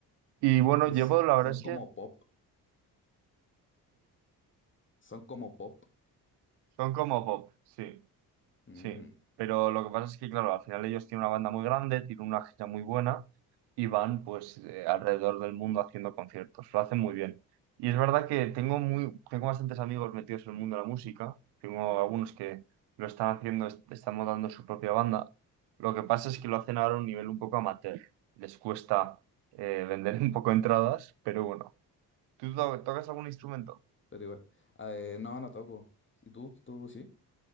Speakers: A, on the right; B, on the left.
A: Y bueno,
B: es,
A: llevo, la
B: son
A: verdad es
B: como
A: que
B: pop, son como pop.
A: son como pop, sí.
B: Mm,
A: Sí, pero lo que pasa es que, claro, al final ellos tienen una banda muy grande, tienen una gira muy buena y van pues eh, alrededor del mundo haciendo conciertos. Lo hacen muy bien. Y es verdad que tengo muy, tengo bastantes amigos metidos en el mundo de la música. Tengo algunos que lo están haciendo, est- están montando su propia banda. Lo que pasa es que lo hacen ahora a un nivel un poco amateur. Les cuesta eh, <laughs> vender un poco entradas, pero bueno. ¿Tú to- tocas algún instrumento?
B: pero igual. Ah, eh, no, no toco. ¿Y tú? ¿Tú sí?